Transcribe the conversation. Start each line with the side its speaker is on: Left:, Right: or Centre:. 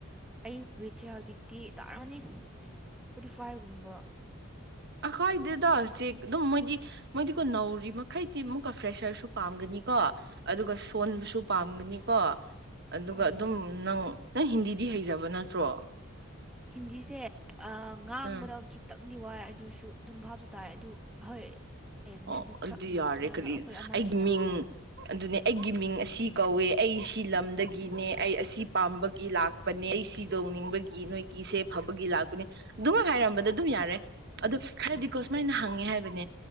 Centre: ꯑꯩ ꯋꯦꯠꯁꯦ ꯍꯧꯖꯤꯛꯇꯤ ꯇꯥꯔꯝꯃꯅꯤ ꯐꯣꯔꯇꯤ ꯐꯥꯏꯚꯒꯨꯝꯕ
Right: ꯑꯈꯥꯏꯗꯗꯜꯆꯦ ꯑꯗꯨꯝ ꯃꫭꯏꯗꯤ ꯃꯣꯏꯗꯤꯀꯣ ꯅꯧꯔꯤ ꯃꯈꯩꯗꯤ ꯑꯃꯨꯛꯀ ꯐ꯭ꯔꯦꯁꯔꯁꯨ ꯄꯥꯝꯒꯅꯤꯀꯣ ꯑꯗꯨꯒ ꯁꯣꯟꯕꯁꯨ
Centre: ꯎꯝ
Right: ꯄꯥꯝꯒꯅꯤꯀꯣ ꯑꯗꯨꯒ
Centre: ꯎꯝ
Right: ꯑꯗꯨꯝ ꯅꯪ ꯅꯪ ꯍꯤꯟꯗꯤꯗꯤ ꯍꯩꯖꯕ ꯅꯠꯇ꯭ꯔꯣ
Centre: ꯍꯤꯟꯗꯤꯁꯦ ꯑꯥ ꯉꯥꯡꯕꯗ
Right: ꯎꯝ
Centre: ꯈꯤ ꯈꯤꯇꯪꯗꯤ ꯋꯥꯏ ꯑꯗꯨꯁꯨ ꯑꯗꯨꯝ ꯚꯥꯞꯁꯨ ꯇꯥꯏ ꯑꯗꯨ ꯍꯣꯏ ꯂꯩꯕꯅꯦ
Right: ꯑꯣ
Centre: ꯑꯗꯨ
Right: ꯑꯗꯨꯗꯤ
Centre: ꯈꯔ
Right: ꯌꯥꯔꯦ
Centre: ꯑꯥ,
Right: ꯀꯔꯤ
Centre: ꯑꯩꯈꯣꯏ ꯑꯃ
Right: ꯑꯩꯒꯤ
Centre: ꯂꯩꯅ
Right: ꯃꯤꯡ ꯑꯗꯨꯅꯦ ꯑꯩꯒꯤ ꯃꯤꯡ ꯑꯁꯤ ꯀꯧꯋꯦ ꯑꯩ ꯁꯤ ꯂꯝꯗꯒꯤꯅꯦ ꯑꯩ ꯑꯁꯤ ꯄꯥꯝꯕꯒꯤ ꯂꯥꯛ ꯂꯄꯅꯦ ꯑꯩ ꯁꯤ ꯇꯧꯅꯤꯡꯕꯒꯤ ꯅꯣꯏꯒꯤꯁꯦ ꯐꯕꯒꯤ ꯂꯥꯛꯄꯅꯤ ꯑꯗꯨꯃꯛ ꯍꯥꯏꯔꯝꯕꯗ ꯑꯗꯨꯝ ꯌꯥꯔꯦ ꯑꯗꯣ ꯈꯔꯗꯤꯀꯣ ꯁꯨꯃꯥꯏꯅ ꯍꯪꯉꯦ ꯍꯥꯏꯕꯅꯦ